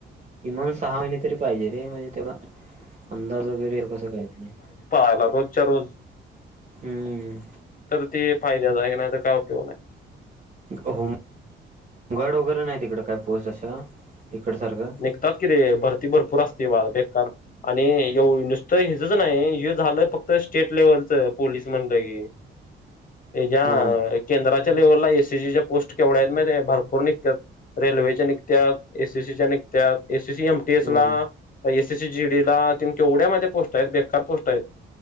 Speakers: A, on the right (about 35°); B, on the left (about 45°).
A: किमान सहा महिने तरी पाहिजे, रे म्हणजे तेवढा अंदाज वगैरे कस काय ते
B: त्याला रोजच्या रोज
A: हम्म
B: तर ते फायद्याचा आहे की नाही, तर काय उपयोग नाही
A: होम होमगार्ड वगैरे नाही, तिकड काय पोस्ट अशा इकडसारखं
B: निघतात की रे भरती भरपूर असते बाळ बेकार आणि ए नुसतं हचच नाही हे झालं फक्त स्टेट लेवलच पोलीस म्हणलं की याच्या
A: हा
B: केंद्राच्या त्या लेव्हलला एसीसीच्या पोस्ट केवढ्या आहेत माहिती, भरपूर निघत्यात रेल्वेच्या निघत्यात एसीसीच्या निघ त्या एसीसी एमटीएस
A: हम्म
B: ला एसीसी जीडी ला त केवढ्या माझ्या पोस्ट आहेत बेकार पोस्ट आहेत